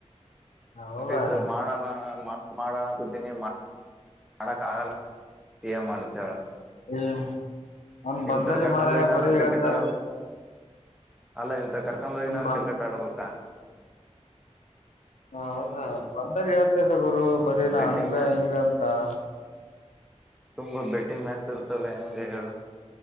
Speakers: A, on the left; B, in the centre.
A: ಹೌದಾ
B: ಪ್ರಕ್ಟೀಸ್ ಮಾಡೋಣ ಮಾಡಣ ಕೂತೀನಿ <inaudible> ಮಾಡಡಕ್ ಆಗಲ್ಲ ಮಾಡ್ತವಳ <inaudible>
A: ಏ ಅವ್ನ್
B: ಇಂತರ
A: ಬಂದಲ್ಲಿ
B: ಕರ್ಕೊಂಡೋಗಿ
A: ಮಾರಾಯ
B: ನಾನು
A: ಬರೀ
B: ಕ್ರಿಕೆಟ್
A: ಹೇಳ್ತಾ
B: ಆಡಬ ಅಲ್ಲ ಇಂತ ಕರ್ಕೊಂಡ ಹೋಗಿ
A: ಅವ್ನ್
B: ನಾನು
A: ಬ
B: ಕ್ರಿಕೆಟ್ ಆಡಬೇಕಾ <inaudible>
A: ಹ ಹೌದಾ ಬಂದಾಗ ಹೇಳ್ತಾದ ಗುರು ಬರೀನಾ
B: ಬೆಟ್ಟಿಂಗ್
A: ಹಂಗ
B: ಮ್ಯಾಚ್
A: ಹಿಂಗ ಅಂತ <inaudible>
B: ತುಂಬಾ ಬೆಟ್ಟಿ ಮ್ಯಾಚ್ ಇರ್ತವೆ ಹೆಂಗ ಹೇಳು